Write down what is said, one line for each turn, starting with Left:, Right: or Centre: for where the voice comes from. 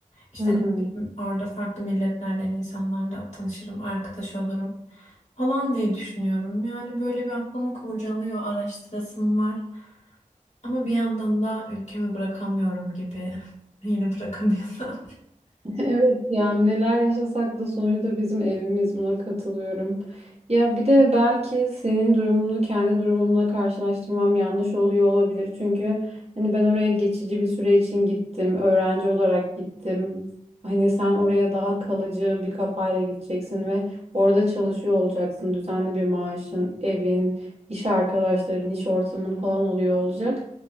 Left: İşte
Right: Hı
Left: ne
Right: hı.
Left: bileyim, orada farklı milletlerden insanlarla tanışırım, arkadaş olurum falan diye düşünüyorum. Yani böyle bir aklımı kurcalıyor, araştırasım var. Ama bir yandan da ülkemi bırakamıyorum gibi. <laughs> Yine bırakamıyorum.
Right: Evet yani neler yaşasak da sonucu da bizim evimiz buna katılıyorum. Ya bir de belki senin durumunu kendi durumumla karşılaştırmam yanlış oluyor olabilir. Çünkü hani ben oraya geçici bir süre için gittim. Öğrenci olarak gittim. Hani sen oraya daha kalıcı bir kafayla gideceksin ve orada çalışıyor olacaksın. Düzenli bir maaşın, evin, iş arkadaşların, iş ortamın falan oluyor olacak.